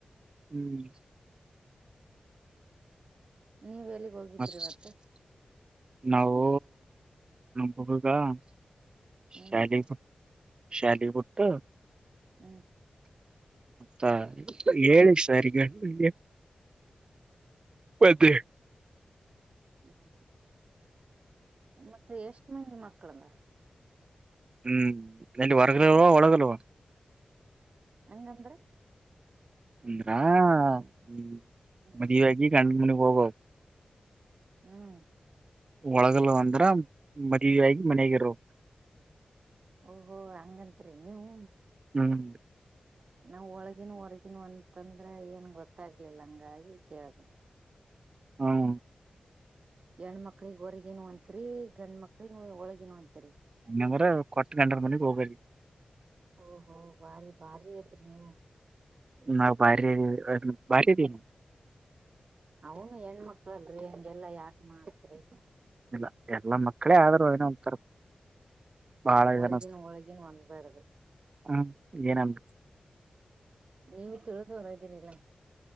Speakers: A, on the right (about 35°); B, on the right (about 55°).
A: ಹ್ಮ್.
B: ಹ್ಮ್. ನೀವ್ ಎಲ್ಲಿಗ್ ಹೋಗಿದ್ರಿ
A: ಮತ್ <unintelligible>
B: ಇವತ್ತ
A: ನಾವು <unintelligible>
B: ಹ್ಮ್
A: ಶಾಲ ಶ್ಯಾಲಿವುುಡ್ ತ.
B: ಹ್ಮ್.
A: ಮತ್ತಾ ಹೇಳ ಸರಿಗಗೆ ಮತ್ತೆ.
B: ಹ್ಮ್ ಹ್ಮ್ ಮತ್ತೆ ಎಷ್ಟ್ ಮಂದಿ ಮಕ್ಕಳಂದ್ರ.
A: ಹ್ಮ್ ನಟ ಹೊರಗಲ್ಲ್ವಾ ಒಳಗಲ್ವಾ
B: ಹಂಗಂದ್ರೆ
A: ಅಂದ್ರಾ ಹ್ಮ
B: ಹ್ಮ್
A: ಮದುವಾಗಿ ಎಟ ಮಣಿ ಪಬೋ.
B: ಹ್ಮ್.
A: ಒಳಗಲ್ಲ ಅಂದ್ರ ಮದ್ ಆಾಗಿ ಮನಗಿರರು.
B: ಓಹೋ ಹಂಗಂತ್ರಿ ನೀವು.
A: ಹ್ಮ್.
B: ನಾವ್ ಒಳಗಿನ ಹೊರ್ಗಿನ ಅಂತಂದ್ರ ಏನ್ ಗೊತ್ತಾಗ್ಲಿಲ್ಲ ಹಂಗಾಗಿ ಕೇಳ್ದ.
A: ಹ್ಮ.
B: ಹೆಣ್ಮಕ್ಳಗ್ ಹೊರಗಿನ ಅಂತತ್ರಿ ಗಂಡ ಮಕ್ಳಿಗೆ ಒಳಗಿನ ಅಂತತ್ರಿ.
A: ಅಮ್ಮಂಗರ ಕೊಟ್ಟ ಗಂಟರ ಮನೆಿಗೆ ಹೋಗೋಗರಿ.
B: ಓಹೋ ಬಾರಿ ಬಾರಿ ಐತ್ರಿ ನೀವು
A: ನ ಬ ಬಾರಿನ
B: ಅವನು ಹೆಣ್ಮಕ್ಳಲ್ರಿ ಹೆಂಗೆಲ್ಲಾ ಯಾಕ್ ಮಾಡತ್ರಿ
A: ಇಲ್ಲ ಎಲ್ಲಾ ಮಕ್ಕಳೇ ಆದ್ರು ನ ಒ ತರ ಬಾಳ ಇದನ
B: ಹೊರಗಿನ ಒಳಗಿನ ಅನ್ಬ್ಯಾಡ್ದು
A: ಹ್ಮ ಏನನ್
B: ನೀವು ತಿಳಿದ್ ಹೊರ್ದೀರಿಲ್ಲ